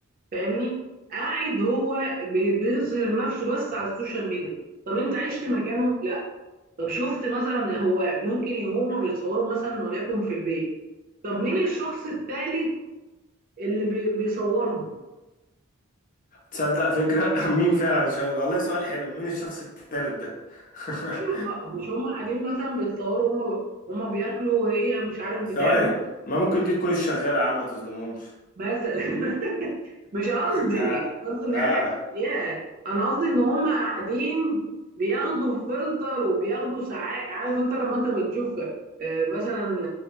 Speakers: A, on the right; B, on the left.
A: فاهمني قاعد هو بي- بيظهر نفسه بس على السوشيال ميديا طب انت عشت مكانه لا طب شفت مثلا هو ممكن هم بيتصوروا مثلا وليكن في البيت طب مين الشخص الثالث اللي بي بيصورهم
B: تصدق فكرة <laughs> مين فعلا شا- والله سؤال حلو مين الشخص الثالث ده <laughs>
A: ايوه ما مش هم قاعدين مثلا بيتصوروا هم هم بياكلوا وهي مش عارف بتعمل
B: ثواني ما ممكن دي تكون الشغالة يا عم ما تظلمهمش
A: مثلا <laughs> مش قصدي
B: <laughs> ها
A: مش قصدي ان
B: ها
A: هي حاجه يا انا قصدي ان هم قاعدين بياخدوا فلتر وبياخدوا ساعات عارف انت لما انت بتشوف آه، مثلا